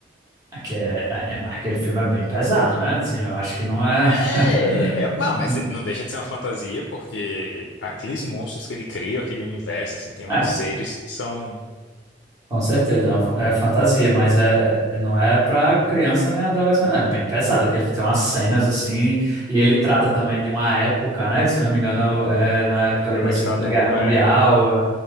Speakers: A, on the right (about 20°); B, on the left (about 80°).
A: aqui é, é, é- mas aquele filme é bem pesado, né? Assim, eu acho que não é.
B: É, é,
A: <laughs>
B: é, não, mas não deixa de ser uma fantasia, porque aqueles monstros que ele cria, aquele universo, assim, tem uns
A: É,
B: seres que são,
A: com certeza, é, uma fa- é fantasia, mas é, é- não é pra criança nem adolescente. É bem pesado, aquele tem umas cenas assim, e ele trata também de uma época, né? Se eu não me engano, é na época ali
B: é uma
A: da Segunda
B: ditadura,
A: Guerra Mundial.
B: é.